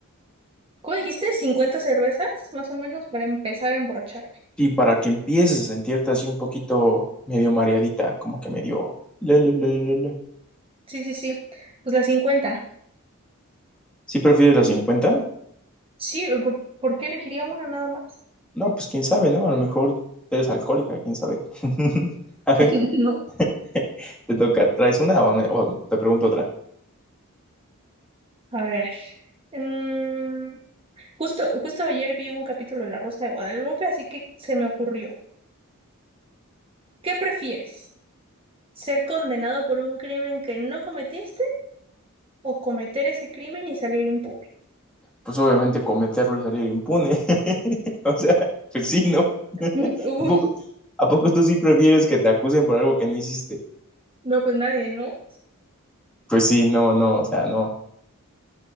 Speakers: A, on the right (about 25°); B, in the centre.
A: ¿cómo dijiste? cincuenta cervezas, más o menos, para empezar a emborracharme.
B: Y para que empieces a sentirte así un poquito medio mareadita, como que medio... la, la, la, la, la.
A: Sí, sí, sí. Pues las cincuenta
B: ¿Sí prefieres los 50?
A: Sí, ¿por por qué elegiría una nada más?
B: No, pues quién sabe, ¿no? A lo mejor eres alcohólica, quién sabe. <laughs> A ver,
A: No.
B: <laughs> te toca, ¿traes una o, ne- o te pregunto otra?
A: A ver. mm, Justo, justo ayer vi un capítulo de La Rosa de Guadalupe, así que se me ocurrió. ¿Qué prefieres? ¿Ser condenado por un crimen que no cometiste o cometer ese crimen y salir impune?
B: Pues obviamente cometerlo y salir impune. <laughs> O sea, pues sí, ¿no? <laughs>
A: <laughs>
B: ¿A poco,
A: Uy,
B: a poco tú sí prefieres que te acusen por algo que no hiciste?
A: no, pues nadie, ¿no?
B: Pues sí, no, no, o sea, no.